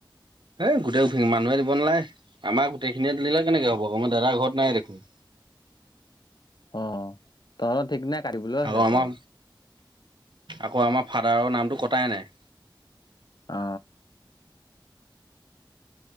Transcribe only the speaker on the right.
হেই গোটেই মানুহে দিব নালাগে আমাৰ গোটেইখিনিয়ে দিলে কেনেকে হ'ব আকৌ আমাৰ দাদা ঘৰত নাই দেখোন <inaudible>
আকৌ আমাৰ
আকৌ আমাৰ ফাদাৰৰ নামটো কটাই নাই